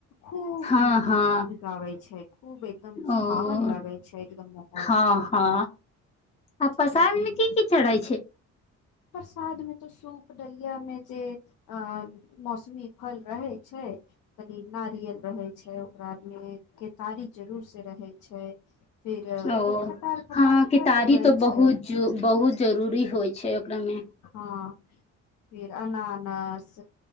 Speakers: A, on the left (about 85°); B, on the left (about 20°).
A: खूब
B: हँ
A: गीत
B: हँ
A: गाबै छै खूब एकदम सुहावन
B: ओ
A: लागे छै एकदम माहौल
B: हँ हँ आ प्रसाद
A: सब मिल
B: मे की
A: जुल
B: की
A: छै
B: चढ़ै
A: प्रसाद में त सूप पडलियामे जे अ मौसमी फल रहे छै कनी नारियल रहै छै ओकरारमे केतारी जरूर से रहै छै फिर
B: ओ
A: एगो खतार खतार
B: हँ केतारी
A: फल होबे
B: तऽ
A: छै
B: बहुत बहुत जरूरी होइ छै ओकरामे
A: हँ फर अनानस